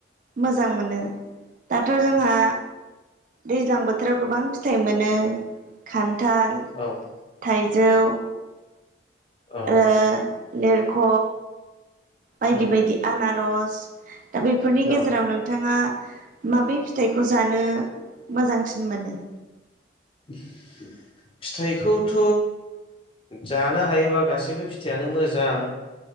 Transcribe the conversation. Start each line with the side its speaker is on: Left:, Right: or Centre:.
Right: मोजां मोनो दाथ' जोंहा दैज्लां बोथोराव गोबां फिथाइ मोनो खान्थाल,
Left: औ
Right: थाइजौ
Left: औ
Right: ओ लेरख' बायदि
Left: उम
Right: बायदि आनारस। दा बेफोरनि गेजेराव
Left: औ
Right: नोंथाङा माबै फिथाइखौ जानो मोजांसिन मोनो?
Left: <inaudible> फिथाइखौथ' जानो हायोबा गासैबो फिथाइयानो मोजां।